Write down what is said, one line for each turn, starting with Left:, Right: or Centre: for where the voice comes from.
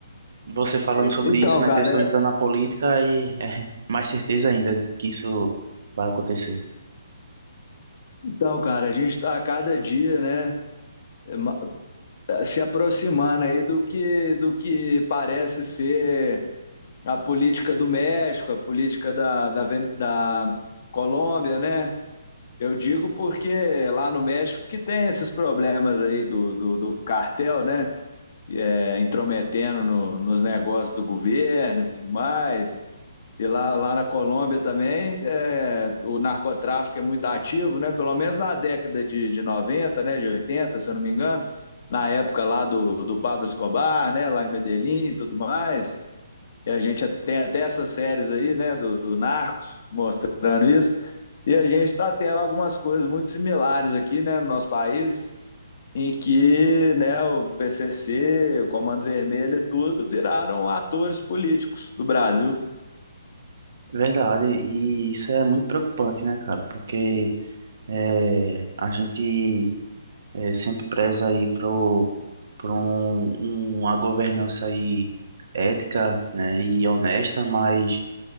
Right: você falando
Left: e-
Right: sobre
Left: então,
Right: isso, né,
Left: cara,
Right: que eles estão entrando na política, aí é <laughs> mais certeza ainda que isso vai acontecer.
Left: Então, cara, a gente está a cada dia, né, ma- se aproximando aí do que, do que parece ser a política do México, a política da, da, Ven- da Colômbia, né? Eu digo porque lá no México que tem esses problemas aí do, do, do cartel, né? É, intrometendo no- nos negócios do governo e tudo mais. E lá, lá na Colômbia também, é, o narcotráfico é muito ativo, né? Pelo menos na década de, de 90, né? De 80, se eu não me engano, na época lá do, do Pablo Escobar, né? Lá em Medellín e tudo mais. E a gente tem até essas séries aí, né? Do, do Narcos, mostrando isso. E a gente está tendo algumas coisas muito similares aqui, né? No nosso país, em que né, o PCC, o Comando Vermelho e tudo viraram atores políticos do Brasil.
Right: Verdade, e isso é muito preocupante, né, cara? Porque é, a gente é sempre preza aí pro, pro um, um, uma governança aí ética, né, e honesta, mas